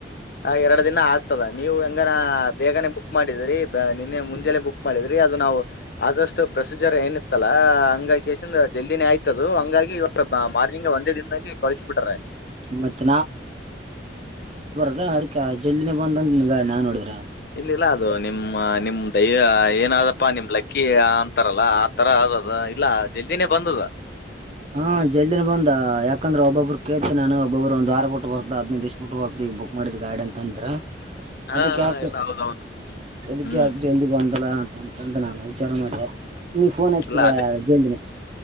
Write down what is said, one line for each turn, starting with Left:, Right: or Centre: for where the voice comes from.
Left: ಹ ಎರಡ್ ದಿನ ಆಗ್ತದ ನೀವು ಹೆಂಗನ ಬೇಗನೆ ಬುಕ್ ಮಾಡಿದ್ರಿ ನಿನ್ನೆ ಮುಂಜೆಾನನೆ ಬುಕ್ ಮಾಡಿದ್ರಿ ಅದು ನಾವು ಆದಷ್ಟು ಪ್ರೊಸೀಜರ್ ಏನಿತ್ತಲ್ಲ ಹಂಗ ಜಲ್ದಿನೇ ಆಯ್ತದ ಹಂಗ ಮಾರ್ಿನಂಗ ಒಂದೇ ದಿನದದಲ್ಲಿ ಕಳಿಸಿ ಬಿಟ್ರ
Right: ಮತ್ತೆ ಅದ ಅದಕ ಜಲ್ದಿನೇ ಬಂದಂತ ನಾನ್ ನೋಡಿದ್ರ
Left: ಇಲ್ಲಿಲ್ಲ ಅದು ನಿಮ್ಮ ನಿಮ್ ದೈವ ಏನಾದಪ್ಪಾ ನಿಮ್ ಲಕ್ಕಿ ಅಂತಾರಲ್ಲ ಆತರ ಅದದು ಇಲ್ಲ ಜಲ್ದಿನೇ ಬಂದದು ಹ
Right: ಹಾ ಜಲ್ದಿನ ಬಂದ ಯಾಕಂದ್ರೆ ಒಬ್ಬೊಬ್ಬರು ಕೇತತಿ ನಾನು ಒಬ್ಬಬ್ರು ಒಂದು ವಾರ ಬಿಟ್ಟ ಬರ್ದ ಹದ್ಿನದು ದಿವ್ ಬಿಟ್ಟು ಬರ್ತ ಬುಕ್ ಮಾಡಿದ್ ಗಾಡಿ ಅಂತ ಅಂದ್ರ
Left: ಹಾ
Right: ಅದಕ್ಕೆ ಯಾಕೆ
Left: ಇಲ್ಲ ಹೌದೌದು
Right: ಅದಕ್ಕೆ
Left: ಹ್ಮ್
Right: ಯಕ ಜಲ್ದಿ ಬಂದಲ್ಲ ಅಂತ ಂತ ನಾನ ವಿಚಾರ ಮಾಡಿದೆ ನೀ ಫೋನ್ ಹಚ್ಚಿರ
Left: ಇಲ್ಲ ಅದೇ
Right: ಜಲ್ದಿನೇ